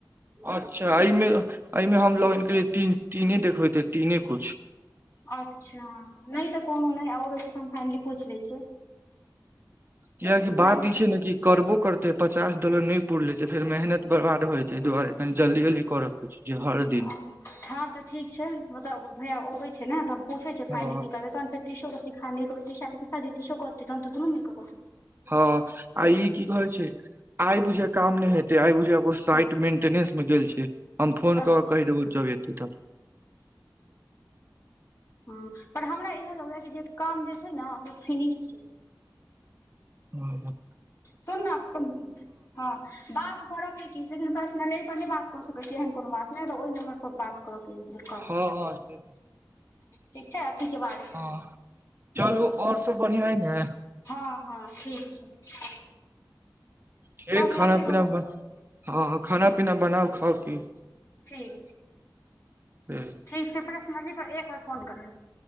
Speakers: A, on the right; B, on the left.
A: अच्छा एहिमे एहिमे हम लोगीन तीने देखबे त तीने कुछ
B: अच्छा नहि त कोनो नहि अबै छै त हम फाइनली पूईछ लै छियै
A: कियाकि
B: फाइन
A: बात ई छै ने कि करबो करतै पचास डॉलर नहि पुरलै त फेर मेहनत बर्बाद भजेटए छैहि दुआरे कनि जल्दी जल्दी करत कि झ हर दिन
B: हँ खा त ठीक छै मतलब भैया अबे छै ने त हम पूछे छिये
A: हँ
B: फाइनली की करबै तहन त तृषा क सिखा दी तृषो करते काम त दुनू मिल क
A: हँ ई की कहे छै आइ बुझा काम नै हेते आइ बुझा साइट मेंटेनेंस मे गेल छै हम फोन
B: अच्छा
A: क कहि देबो जब अते त
B: ह पर हमरा इएह लगलै कि जे काम जे छै न से फिनिश छै
A: ह
B: सुन न हँ बात करयत लेकिन पर्सनल ए पर नहि बात क सकैत छी एहन कोनो बात नहि त ओ नम्बर पर बात करत तू कर
A: हँ हँ से
B: ठीक छै अथी के बारेमे
A: हँ चलू और सब बढ़िया ऐ ने
B: हँ हँ ठीक छै
A: ठि
B: पर्सनली
A: खाना
B: नम्बर
A: पीना हँ खाना पीना बनाउ खाउ पी
B: ठीक
A: ह <unintelligible>
B: ठीक छै ‌ पर्सनली पर एक बेर फोन कर